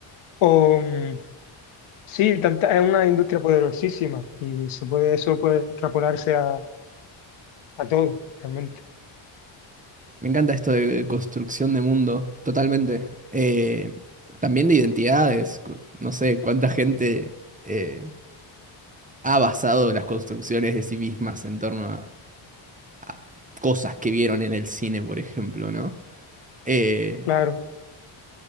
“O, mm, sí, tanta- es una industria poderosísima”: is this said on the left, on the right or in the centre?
Left